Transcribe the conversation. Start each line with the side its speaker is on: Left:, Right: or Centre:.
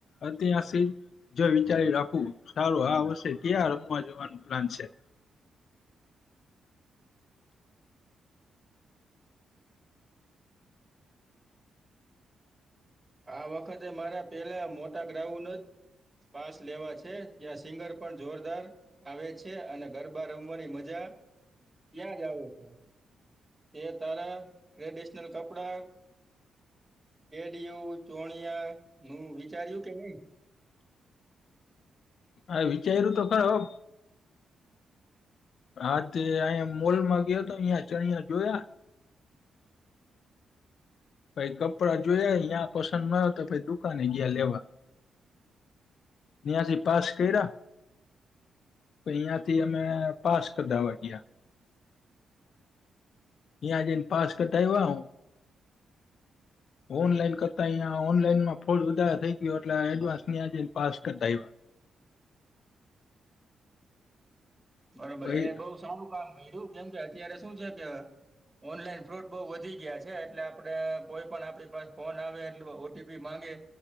Left: અત્યા શી જો વિચારી રાખું, સારું આ વર્ષે ક્યાં રમવા જવાનું પ્લાન છે?
Right: આ વખતે મારા પેલા મોટા ગ્રાઉન જ પાસ લેવા છે, ત્યાં સિંગર પણ જોરદાર આવે છે અને ગરબા રમવાની મજા ત્યાં જ આવે છે, એ તારા ટ્રેડિશનલ કપડા ડીયુ, ચોણિયાનું વિચાર્યું કે નઈ?
Left: આ વિચાર્યું તો ખરું હા, તે અઈયા મોલમાં ગયો તો ત્યા ચણિયા જોયા પહી કપડાં જોયા અહીયાં પસંદ ન હોય તો પહી દુકાને ગયા લેવા. બ્યાશી પાસ કર્યા તઈયાથી અમે પાસ કઢાવા ગયા. ન્યા જઈને પાસ્ટ પેલા
Right: <inaudible>
Left: ઓનલાઈન કરતા ઈયા ઓનલાઈનમાં ફોલ વધારે થઈ ગયો એટલે એડવાન્સ ન્યા જઈન પાસ કઢાયવા.
Right: બરોબર,
Left: પછી
Right: એ બઉ સારું કામ કર્યું કેમ કે અત્યારે શું છે ત ઓનલાઈન ફ્રોડ બઉ વધી ગયા છે, એટલે આપડે કોઈ પણ આપડી પાસ ફોન આવે, એટલે ઓટીપી માંગે